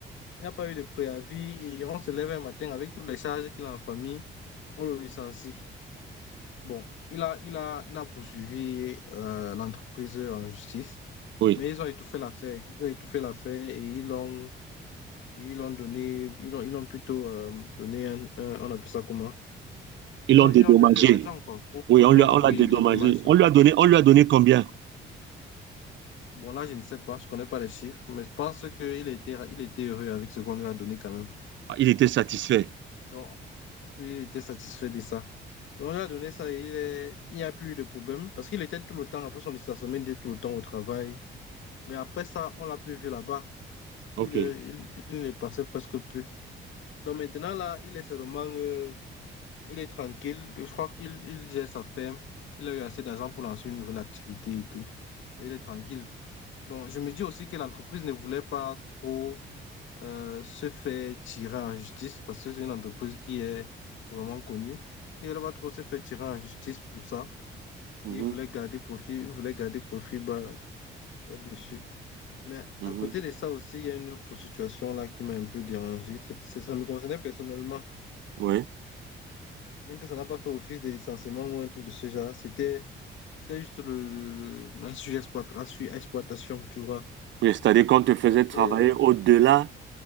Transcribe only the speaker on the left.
Il n'y a pas eu de préavis et on se lève un matin avec toutes les charges qu'il a en famille, on le licencie. Bon, il a, il a, il a poursuivi euh, l'entreprise en justice,
mais ils ont étouffé l'affaire. Ils ont étouffé l'affaire et ils l'ont Ils ont donné, ils ont, ils ont plutôt euh, donné un, un- on appelle ça comment?
Ils
ont,
ils ont donné de l'argent, quoi, pour
couvrir,
oui,
des dommages.
Bon, là, je ne sais pas, je connais pas les chiffres, mais je pense qu'il était, il était heureux avec ce qu'on lui a donné quand même.
Donc, lui, il était satisfait de ça. Donc, on lui a donné ça et il est, il n'y a plus eu de problème parce qu'il était tout le temps, après son licenciement, il était tout le temps au travail. Mais après ça, on l'a plus vu là-bas. Il,
euh, il, il ne passait presque plus. Donc, maintenant, là, il est seulement euh, Il est tranquille. Je crois qu'il il gère sa ferme. Il a eu assez d'argent pour lancer une nouvelle activité et tout. Il est tranquille. Donc, je me dis aussi que l'entreprise ne voulait pas trop euh, se faire tirer en justice parce que c'est une entreprise qui est vraiment connue. Il ne voulait pas trop se faire tirer en justice pour ça.
Il voulait garder profit, il voulait garder profit bas, là-dessus. Mais
à côté de ça aussi, il y a une autre situation là qui m'a un peu dérangé. C'est- c'est- ça me concernait personnellement.
Bien que ça n'a pas fait office de licenciement ou un truc de ce genre, c'était C'était juste le, le- le- la surexploitation, la surexploitation, tu vois.
C'était
euh,